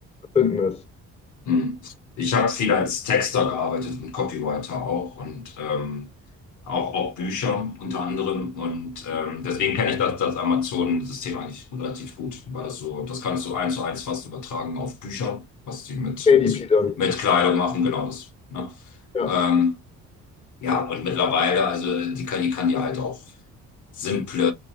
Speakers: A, on the left (about 20°); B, on the left (about 75°).
A: zu finden ist.
B: hm. Ich habe viel als Texter gearbeitet und Copywriter auch und ähm, auch, auch Bücher unter anderem. Und ähm, deswegen kenne ich das, das Amazon-System eigentlich relativ gut, weil das so, das kannst du eins zu eins fast übertragen auf Bücher, was die mit,
A: KDP
B: mit,
A: dann.
B: mit Kleidung machen, genau das. Ne?
A: Ja,
B: Ähm, ja, und mittlerweile, also die KI kann dir halt auch simple